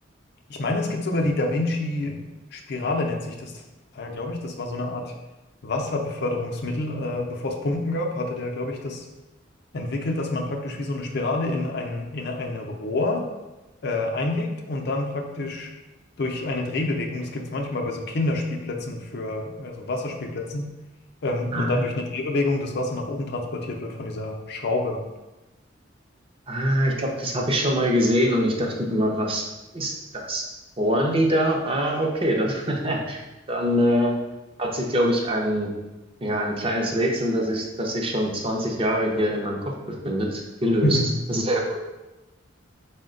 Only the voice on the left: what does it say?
Ich meine, es gibt sogar die Da Vinci-Spirale, nennt sich das Teil, glaube ich. Das war so eine Art Wasserbeförderungsmittel. Äh, bevor es Pumpen gab, hatte der, glaube ich, das entwickelt, dass man praktisch wie so eine Spirale in ein, in ein Rohr äh, einlegt und dann praktisch durch eine Drehbewegung, das gibt es manchmal bei so Kinderspielplätzen für, ja, so Wasserspielplätzen, ähm,
und dann durch eine Drehbewegung das Wasser nach oben transportiert wird von dieser Schraube.
Mhm.